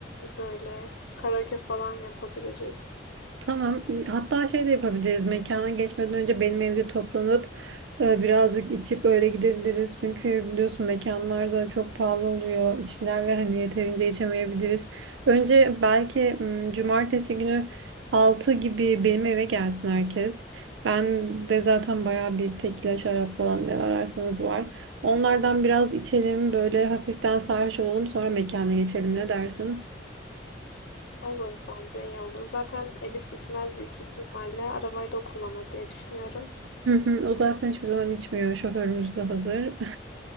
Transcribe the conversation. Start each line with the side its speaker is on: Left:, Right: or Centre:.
Left: Böyle karaoke falan yapabiliriz.
Right: Tamam. E, Hatta şey de yapabiliriz. Mekana geçmeden önce benim evde toplanıp e, birazcık içip öyle gidebiliriz. Çünkü biliyorsun mekanlar da çok pahalı oluyor içkiler ve hani yeterince içemeyebiliriz. Önce belki m, cumartesi günü 6 gibi benim eve gelsin herkes. Ben de zaten bayağı bir tekila şarap falan ne ararsanız var. Onlardan biraz içelim böyle hafiften sarhoş olalım sonra mekana geçelim ne dersin?
Left: Olur bence iyi olur. Zaten Elif içmez büyük ihtimalle. Arabayı da o kullanır diye düşünüyorum.
Right: Hı hı, o zaten hiçbir zaman içmiyor. Şoförümüz de hazır.